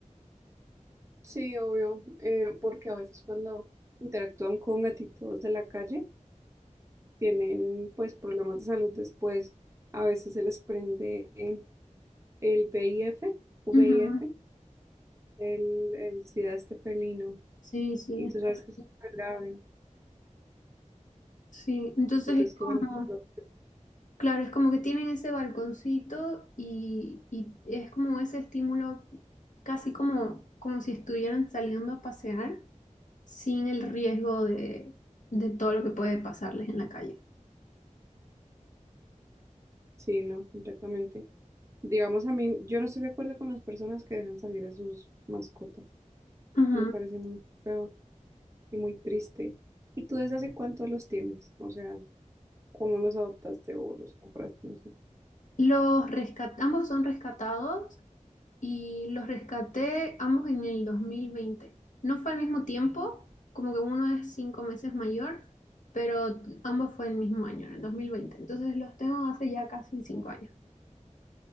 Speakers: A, on the right (about 25°); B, on the left (about 75°).
A: Sí, obvio, eh, porque a veces cuando, Interactúan con gatitos de la calle, tienen pues problemas de salud después. A veces se les prende el VIF, VIF,
B: Ujú.
A: el, el SIDA este felino.
B: Sí, sí,
A: Y
B: está-
A: tú sabes que es súper grave.
B: sí. Entonces
A: Entonces,
B: es
A: qué
B: como,
A: bueno. que no-
B: claro, es como que tienen ese balconcito y, y es como ese estímulo, casi como, como si estuvieran saliendo a pasear sin el riesgo de, de todo lo que puede pasarles en la calle.
A: Sí, no, completamente. Digamos, a mí, yo no estoy de acuerdo con las personas que dejan salir a sus mascotas.
B: Ujú.
A: Me parece muy feo y muy triste. ¿Y tú desde hace cuánto los tienes? O sea, ¿cómo los adoptaste o los compraste? No sé.
B: Los rescat- ambos son rescatados y los rescaté ambos en el dos mil veinte No fue al mismo tiempo, como que uno es cinco meses mayor, pero ambos fue el mismo año, en el dos mil veinte Entonces los tengo hace ya casi cinco años.